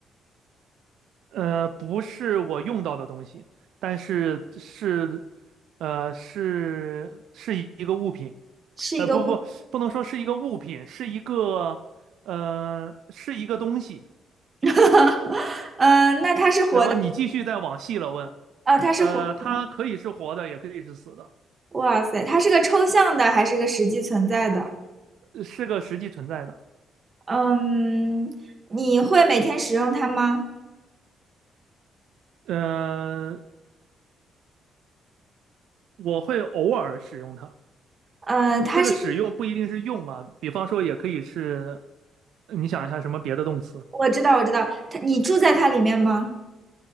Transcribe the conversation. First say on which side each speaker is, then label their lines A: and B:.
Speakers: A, on the right (about 80°); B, on the right (about 30°).
A: 呃，不是我用到的东西，但是是，呃，是是一个物品。
B: 是一个物，
A: 呃，不不，不能说是一个物品，是一个，呃，是一个东西。
B: <laughs> 嗯、呃那它是活的，
A: 然后你继续再往细了问，
B: 呃，它是活的。
A: 呃，它可以是活的，也可以是死的，
B: 哇塞，它是个抽象的还是个实际存在的？
A: 是个实际存在的。
B: 嗯，你会每天使用它吗？
A: 嗯、我会偶尔使用它，
B: 呃，它是，
A: 这个使用不一定是用啊，比方说也可以是，你想一下什么别的动词？
B: 我知道，我知道，它，你住在它里面吗？